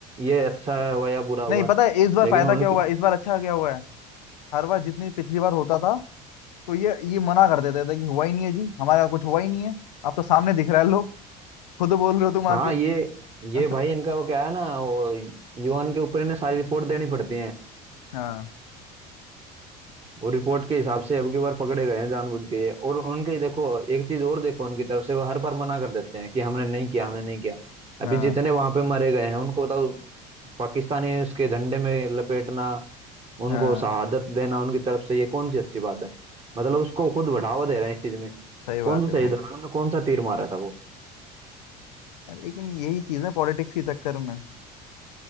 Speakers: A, on the right (about 30°); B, on the left (about 90°).
A: ये अच्छा हुआ या बुरा हुआ
B: नहीं पता है इस बार
A: लेकिन
B: फायदा
A: उनकी
B: क्या हुआ है? इस बार अच्छा क्या हुआ है हर बार जितनी पिछली बार होता था तो ये ये मना कर देते थे कि हुआ ही नहीं है जी हमारा कुछ हुआ ही नहीं है आप तो सामने दिख रहा है लो खुद बोल रहे हो तुम आके
A: हाँ ये ये भाई
B: <laughs>
A: इनका वो क्या है ना वो यूएन के ऊपर इन्हें सारी रिपोर्ट देनी पड़ती है
B: हाँ
A: वो रिपोर्ट के हिसाब से अब की बार पकड़े गए हैं जानबूझ के ये और उनके देखो एक चीज और देखो उनकी तरफ से वो हर बार मना कर देते हैं कि हमने नहीं किया हमने नहीं किया अभी
B: हाँ
A: जितने वहां पे मरे गए हैं उनको बताओ पाकिस्तानी उसके झंडे में लपेटना उनको
B: हाँ
A: शहादत देना उनकी तरफ से ये कौन सी अच्छी बात है मतलब उसको खुद बढ़ावा दे रहे हैं इस चीज में
B: सही बात
A: कौन
B: है
A: सा शहीद
B: भाई
A: हो गया? उन्होंने कौन सा तीर मारा था वो
B: लेकिन यही चीज है पॉलिटिक्स के चक्कर में